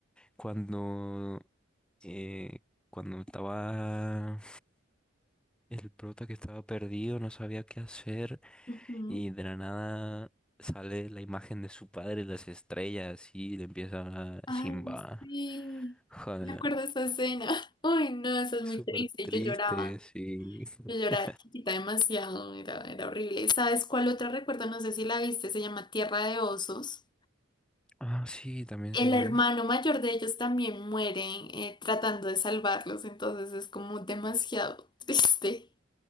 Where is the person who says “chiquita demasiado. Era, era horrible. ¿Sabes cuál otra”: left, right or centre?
Left